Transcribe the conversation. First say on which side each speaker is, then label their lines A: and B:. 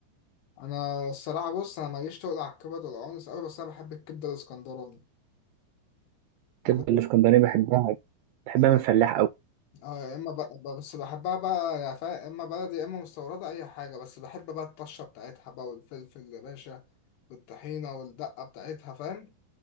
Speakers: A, on the left (about 85°); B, on the right (about 80°).
A: انا الصراحه بص انا ماليش تقل على الكبد والقوانص قوي بس انا بحب الكبده الاسكندراني
B: الكبده
A: لا-
B: الاسكندراني بحبها بحبها
A: لا.
B: من فلاح قوي
A: اه يا اما بقى بقى- بس بحبها بقى يا فا- يا اما بلدي يا اما مستورده اي حاجه بس بحب بقى الطشه بتاعتها بقى والفلفل يا باشا والطحينه والدقه بتاعتها فاهم